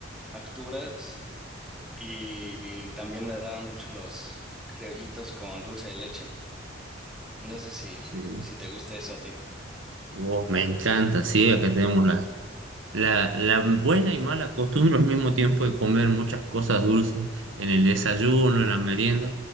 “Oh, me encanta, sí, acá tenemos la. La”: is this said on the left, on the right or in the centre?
Right